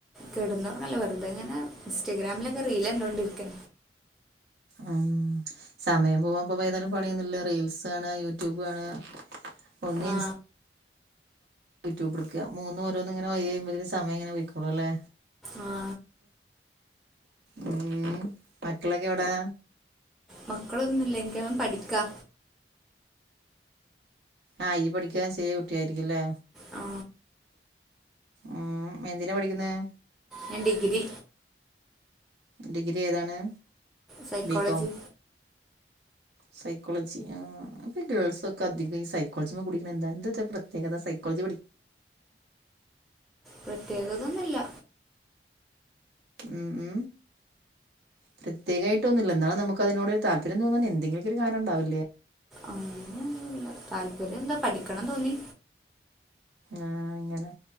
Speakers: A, in the centre; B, on the right.
A: കെടുന്നോറഞ്ഞല്ല വെറുതെങ്ങെ ഇൻസ്റ്റാഗ്രാമിലൊക്കെ റില് കണ്ടോണ്ടിരിക്കെ.
B: ഉം സമയം പോവാൻ പ ഏതാലും പണിയൊന്നുംല്ല. റീൽസ് ആണ് യൂട്യൂബ് ആണ്. ഒനിൻസ്
A: ആ
B: യൂട്യൂബ എടുക്ക മൂന്ന്ോരോന്ന് ഇങ്ങനെ വൈഴമ്പ്പതിന് സമംങ്ങനെ ഒഴിക്കളൂ അല്ലേ
A: ആ
B: ഉം മക്കളൊക്കെ എവിടൊ
A: മക്കളൊന്നുമില്ല എനിക്കാ പഠിക്കാ
B: ആഹ ഈ പഠിക്കാ ശെിറിയ കുട്ടിയ ആയിരിക്കോല്ലേ?
A: ആ
B: ഉം എന്തിനതിനാ പഠിക്കുന്നോ?
A: ഞൻ ഡിഗ്രി
B: ഡിഗ്രി ഏതാണ്?
A: psychology.
B: B Com സൈക്കോളജി ആ ഇപ്പൊ ഗേൾസ് ഒക്കെ അധികം ഈ സൈക്കോളജി കുടിക എന്താ എ പ്രത്യേകത. കോളേജിപഠി
A: പ്രത്യേകതൊന്നുമില്ല.
B: ഉം ഉ പ്രത്യേകമായിട്ട് ഒന്നുമില്ല എന്നാലും നമുക്ക് അതിനോ ഒരു താല്പര്യം തോന്നാൻ എന്തെങ്കിലൊക്ക ഒരു കാരണം ഉണ്ടാവില്ലേ?
A: അങ്ങനെനുല്ല താല്പര്യം എന്താ പഠിക്കണം തോന്നി.
B: ആഹ ഇങ്ങനെ